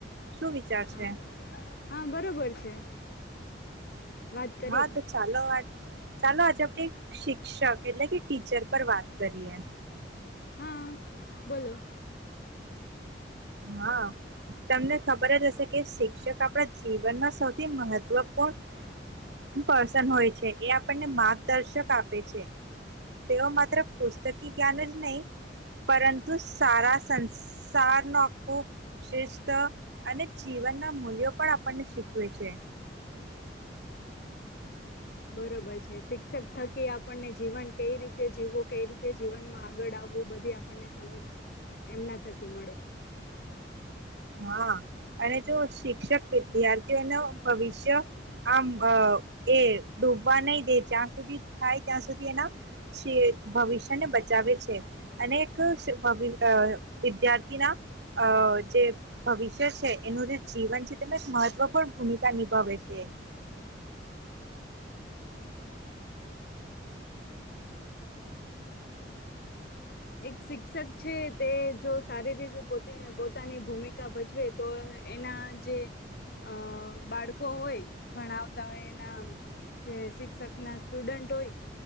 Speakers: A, on the right; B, on the left.
A: શું વિચાર
B: હા,
A: છે
B: હા, બરોબર છે. વાત કરીએ
A: હા, તો ચાલો આજ ચાલો, આજે આપણે શિક્ષક એટલે કે ટીચર પર વાત કરીએ.
B: હા, બોલો.
A: હા, તમને ખબર જ હશે કે શિક્ષક આપણા જીવનમાં સૌથી મહત્વપૂર્ણ પર્સન હોય છે, એ આપણને માર્ગદર્શક આપે છે. તેઓ માત્ર પુસ્તકી જ્ઞાન જ નહીં પરંતુ સારા સંસાર ન આખું શ્રેષ્ઠ અને જીવનના મૂલ્યો પણ આપણને શીખવે છે.
B: બરોબર છે શિક્ષક થકી આપણને જીવન કઈ રીતે જીવવું કઈ રીતે જીવનમાં આગળ આવવું બધી આપણને સમજ એમના થકી મળે છે.
A: હા, અને જો શિક્ષક વિદ્યાર્થીઓનો ભવિષ્ય આમ અ એ ડૂબવા નહી દે જ્યાં સુધી થાય ત્યાં સુધી એના વસ્ય-ભવિષ્યને બચાવે છે અને એક <unintelligible> વિદ્યાર્થીના અ જે ભવિષ્ય છે એનું જે જીવન છે તેમાં એક મહત્વપૂર્ણ ભૂમિકા નિભાવે છે.
B: એક શિક્ષક છે તે જો સારી રીતે પો પોતાની ભૂમિકા ભજવે તો એના જે અ બાળકો હોય ભણાવતા હોય એના જે શિક્ષક ના સ્ટુડન્ટ હોય